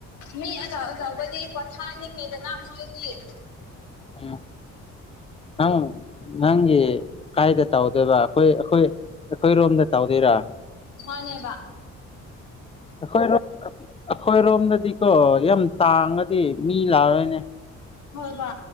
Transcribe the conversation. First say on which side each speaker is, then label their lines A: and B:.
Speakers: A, on the left (about 75°); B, on the left (about 20°).
A: ꯃꯤ ꯑꯖꯥꯎ ꯑꯖꯥꯎꯕꯗꯤ ꯄꯊꯥꯅꯤ ꯃꯦꯗꯅ ꯃꯣꯏꯗꯤ
B: ꯎꯝ ꯑ ꯅꯪꯒꯤ ꯀꯥꯏꯗ ꯇꯧꯗꯣꯏꯕ ꯑꯩꯈꯣꯏ ꯑꯩꯈꯣꯏ ꯑꯩꯈꯣꯏ ꯔꯣꯝꯗ ꯇꯧꯗꯣꯏꯔꯥ
A: ꯃꯥꯅꯦꯕ
B: ꯑꯩꯈꯣꯏꯔꯣꯝ ꯑꯩꯈꯣꯏꯔꯣꯝꯗꯗꯤꯀꯣ ꯌꯥꯝ ꯇꯥꯡꯉꯗꯤ ꯃꯤ ꯂꯥꯛꯔꯣꯏꯅꯦ
A: ꯍꯣꯏꯕ